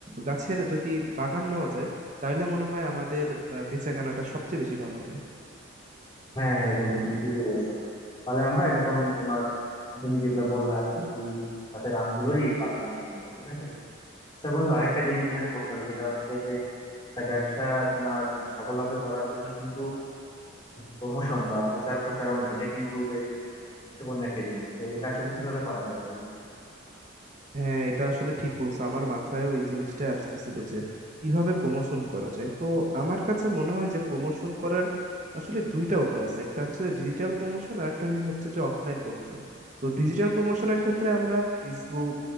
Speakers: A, on the right; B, on the left.
A: গাছের যদি বাগান নেওয়া যায় তাহলে মনে হয় আমাদের আহ, বেচাকেনাটা সবচেয়ে বেশি ভালো হবে
B: হ্যাঁ হ্যাঁ বন্ধু তুমি ঠিকই বলছো তাহলে আমরা এরকম তোমার তুমি যেগুলো বললা আর কি এই হাতের আমগুলোরই বাগান আমরা নিবো ঠিক আছে আচ্ছা বন্ধু আরেকটা জিনিস এখানে করতে হবে সেটা হচ্ছে যে একটা ব্যবসা তোমার মানে সফলভাবে করার জন্য কিন্তু প্রমোশন বা প্রচার প্রচারণা এটা কিন্তু বেশ গুরুত্বপূর্ণ একটা জিনিস তো এটা আসলে কিভাবে করা যায় বলতো
A: হ্যাঁ এটা আসলে ঠিক বলছো আমার মাথায়ও এই জিনিসটা আসতেছিল যে কিভাবে প্রমোশন করা যায় তো আমার কাছে মনে হয় যে প্রমোশন করার আসলে দুইটা উপায় আছে একটা হচ্ছে ডিজিটাল প্রমোশন আর একটা হচ্ছে যে অফলাইন প্রমোশন তো ডিজিটাল প্রমোশনের ক্ষেত্রে আমরা ফেসবুক